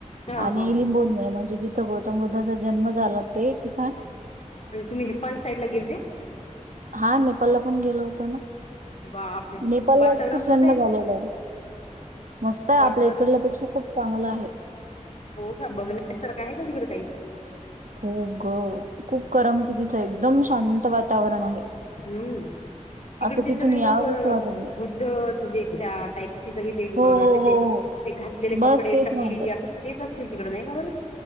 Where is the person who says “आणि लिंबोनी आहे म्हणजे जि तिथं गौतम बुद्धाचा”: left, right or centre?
Right